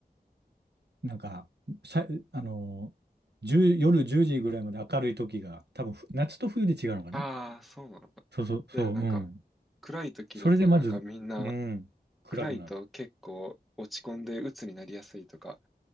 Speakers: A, on the right (about 80°); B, in the centre.
A: なんか、さあの、1夜10時ぐらいまで明るいときが、多分ふ夏と冬で違うのかな
B: ああー、そうなのか。
A: そうそう、そう、
B: で、なんか、
A: うん。
B: 暗い時だとなんかみんな
A: それでまず、うん、暗くなる。
B: 暗いと結構落ち込んで鬱になりやすいとか、